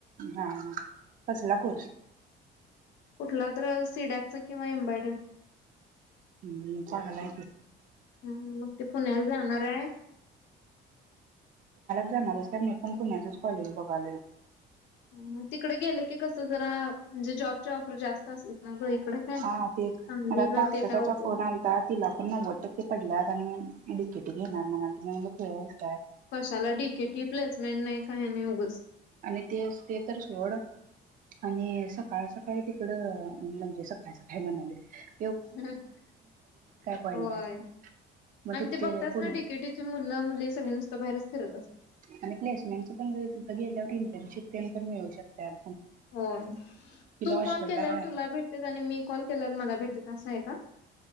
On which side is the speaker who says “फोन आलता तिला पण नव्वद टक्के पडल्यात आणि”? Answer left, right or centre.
Right